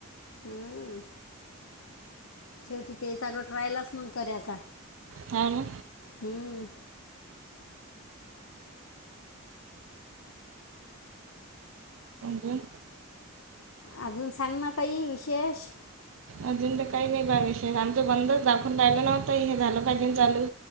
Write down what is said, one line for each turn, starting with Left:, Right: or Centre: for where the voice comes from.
Left: हम्म शेवटी तेचागं ट रायलाच मण करायचा
Right: हाव ना
Left: हम्म
Right: अजून
Left: अजून सांग ना काही विशेष
Right: अजून तर काही नाही बा विशेष आमच बंदच दाखवून राहिलं नव्हतं हे झालं काही दिन चालू